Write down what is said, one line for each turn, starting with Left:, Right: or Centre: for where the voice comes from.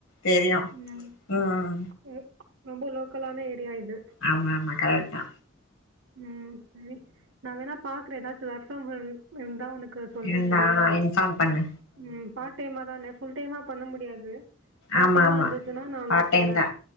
Left: தெரியு
Right: ம்
Left: ம்
Right: ம் ரொம்போ லோக்கலான ஏரியா இது
Left: ஆமா ஆமா கரட்தா
Right: ம் சரி நா வேணா பாக்குறே ஏதாச்சு வொர்க் ஃப்ரம் ஹோம் இருந்தா உனக் கு சொல்றே
Left: இருந்தா
Right: சரியா
Left: இன்ஃபார்ம் பண்ணு
Right: ம் பார்ட் டைமா தானே ஃபுல் டைமா பண்ண முடியாது பார்ட்
Left: ஆமா
Right: டைமா
Left: ஆமா
Right: இருந்துச்சுன்னா நான் உனக்கு
Left: பார்ட் டைம்தா
Right: சொல்றேன்.